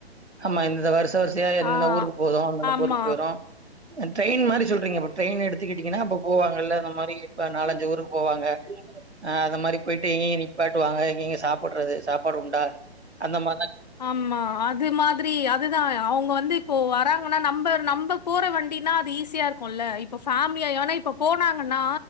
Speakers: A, on the right; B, on the left.
A: ஆமா இந்த வருச வரிசையா என்னென்ன
B: ஆ
A: ஊருக்கு போதோ அந்தந்த
B: ஆமா.
A: போருக்கு போயிரு அத் ட்ரெயின் மாரி சொல்றீங்க பாரு ட்ரெயினு எடுத் த்துக்கிட்டீங்கன்னா அப்ப போவாங்கல்ல இந்த மாரி இப்ப நாலஞ்சு ஊருக்கு போவாங்க அ அந்த மாரி போயிட்டு எங்கங்க நிப்பாட்டுவாங்க எங்கங்க சாப்புறது சாப்பாடு உண்டா அந்த மார்
B: ஆமா அது மாதிரி அதுதா அவுங்க வந்து இப்போ வராங்கன்னா நம்ப நம்ப போற வண்டினா அது ஈஸியா இருக்குல்ல இப்ப ஃபேம்லியானா இப்ப போனாங்கன்னா